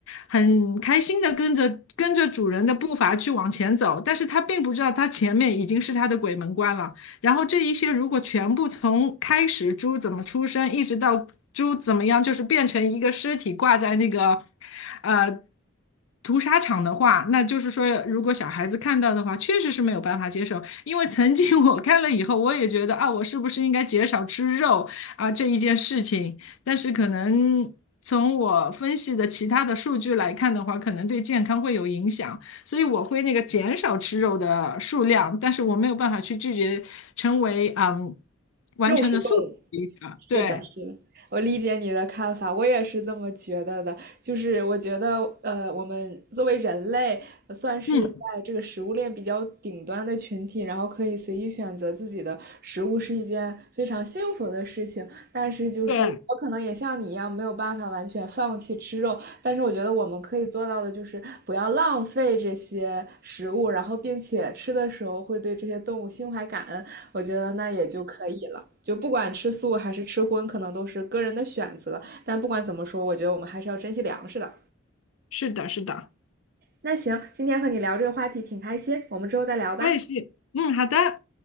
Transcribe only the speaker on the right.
肉食动物，
是的，是的，我理解你的看法，我也是这么觉得的。就是我觉得，呃，我们作为人类，呃算是在这个食物链比较顶端的群体，
然后可以随意选择自己的食物，是一件非常幸福的事情。但是，就是我可能也像你一样，
没有办法完全放弃吃肉，但是我觉得我们可以做到的就是不要浪费这些食物，然后并且吃的时候会对这些动物心怀感恩，我觉得那也就可以了。就不管吃素还是吃荤，可能都是个人的选择，但不管怎么说，我觉得我们还是要珍惜粮食的。
那行，今天和你聊这个话题挺开心，我们之后再聊吧。